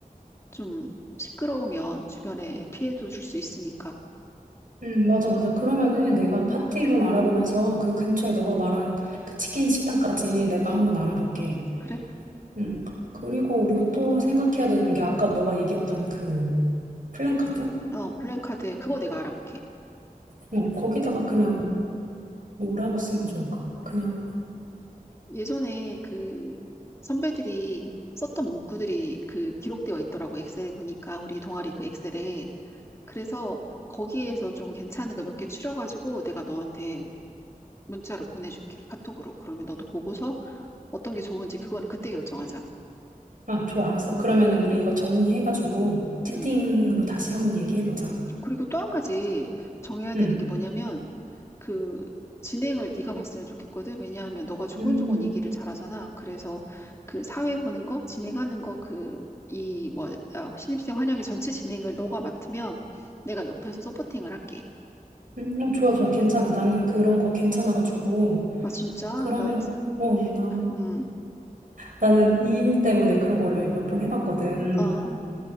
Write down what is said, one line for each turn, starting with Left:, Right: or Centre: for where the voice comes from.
Left: 좀 시끄러우면 주변에 피해도 줄 수 있으니까.
Right: 음, 맞아, 맞아. 그러면은 내가 파티룸 알아보면서 그 근처에 너가 말한 그 치킨 식당까지 내가
Left: 응,
Right: 한번 알아볼게.
Left: 그래.
Right: 음. 그리고 우리가 또 생각해야 되는 게 아까 너가 얘기했던 그 플랜카드?
Left: 어, 플랜카드, 그거 내가 알아볼게.
Right: 어, 거기다가 그냥 뭐라고 쓰면 좋을까? 그냥
Left: 예전에 그 선배들이 썼던 문구들이 그 기록되어 있더라고 엑셀에 보니까 우리 동아리 그 엑셀에 그래서 거기에서 좀 괜찮은 거 몇 개 추려가지고 내가 너한테 문자로 보내줄게 카톡으로 그러면 너도 보고서 어떤 게 좋은지 그거는 그때 결정하자.
Right: 아, 좋아, 알았어. 그러면은 우리 이거 정리해가지고 채팅으로
Left: 음
Right: 다시 한번 얘기해보자.
Left: 그리고 또 한 가지 정해야
Right: 응.
Left: 되는 게 뭐냐면 그 진행을 네가 봤으면 좋겠거든. 왜냐하면 너가 조곤조곤
Right: 음,
Left: 얘기를 잘하잖아. 그래서 그 사회 보는 거, 진행하는 거, 그 이뭐 아, 신입생 환영회 전체 진행을 너가 맡으면 내가 옆에서 서포팅을 할게.
Right: 음, 어, 좋아, 좋아. 괜찮아. 나는 그런 거 괜찮아가지고.
Left: 아 진짜?
Right: 그러면,
Left: 나
Right: 어, 난,
Left: 음,
Right: 나는 이 일 때문에 그런 거를 몇 번 해봤거든.
Left: 아,